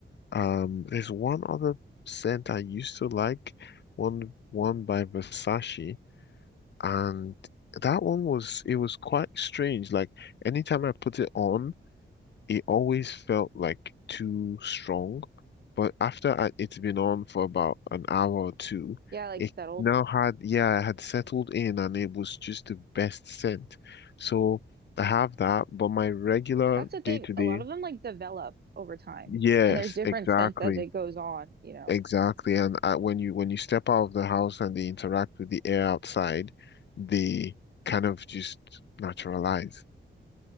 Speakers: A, on the left (about 60°); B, on the right (about 50°).
A: Um, there's one other scent I used to like, one one by Versace. And that one was, it was quite strange. Like anytime I put it on, it always felt like too strong. But after I, it's been on for about an hour or two,
B: Yeah, like
A: it
B: settled.
A: now had, yeah, it had settled in and it was just the best scent. So I have that, but my regular
B: That's the thing.
A: day to day,
B: A lot of them like develop over time,
A: yes,
B: and there's different
A: exactly.
B: scents as it goes on, you know.
A: Exactly, and uh, when you when you step out of the house and they interact with the air outside, they kind of just naturalize.